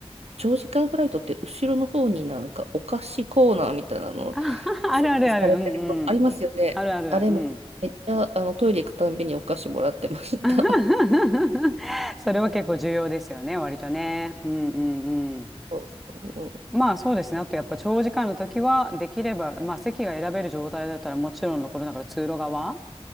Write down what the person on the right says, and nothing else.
長時間フライトって後ろの方になんかお菓子コーナーみたいなの
設置されてるとありますよね。
あれめ、
めっちゃあのトイレ行くたんびにお菓子もらってました。
<laughs>
そうそう。